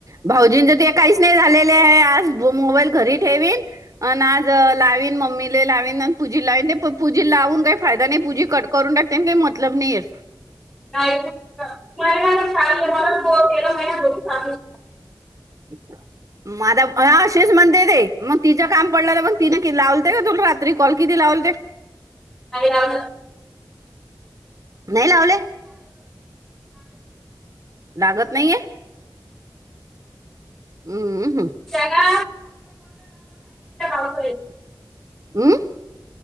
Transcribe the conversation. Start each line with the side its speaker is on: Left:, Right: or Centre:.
Right: भाऊजींच ते काहीच नाही झालेले आहे, आज मोबाईल घरी ठेवीन आणि आजऽ लावीन, मम्मीला लावीन, आणि पूजी लावीन ते पूजी लावून काही फायदा नाही पूजी कट करून टाकते काही मतलबऽऽ पनीर,
Centre: नाही महिना मला दो तेरा महिना हो चाल.
Right: हच <unintelligible> माझ, हा असेच म्हणते ते मग तिचं काम पडलं तर मग तिने लाव का तुला रात्री कॉल कि, लावलते.
Centre: नाही राव,
Right: नाही लावले! लागत नाहीये, हम्म हम्,
Centre: त्यांना बापरे,
Right: हम्म